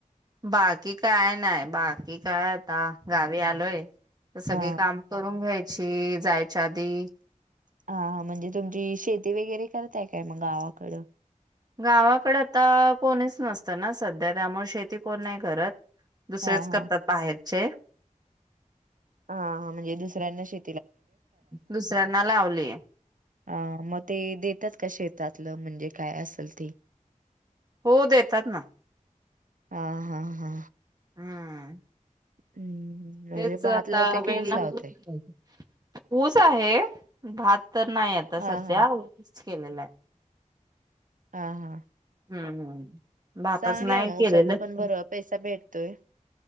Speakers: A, on the right; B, on the right.
A: बाकी काय नाय बाकी काय आता गावी आलोय. सगळे
B: हा
A: काम करून घ्याय.... चे जायच्या आधी
B: हा हा म्हणजे तुमची शेती वगैरे करताय काय मग? गावाकड
A: गावाकडे आता कोणीच नसतं ना सध्या त्यामुळे शेती कोण नाही करत. दुसरेच
B: हा हा
A: करतात बाहेर चे
B: हा म्हणजे दुसऱ्यांना शे
A: दुसऱ्यांना लावलेय
B: हा म ते देतात का शेतातलं म्हणजे काय असेल ते
A: हो देतात ना
B: हा हा हा
A: हम्म
B: हम्म म्हणजे
A: तेच
B: भात
A: आता
B: लावतय की
A: वेळ
B: ऊस
A: लागतो
B: लावतय
A: ऊस आहे, भात तर नाय आता
B: हा
A: सध्या
B: हा
A: केलेलाय
B: हा हा
A: हम्म हम्म भातच
B: चांगलंय
A: नाही
B: मग
A: केलेलं.
B: उसातनं पण बर पैसा भेट तोय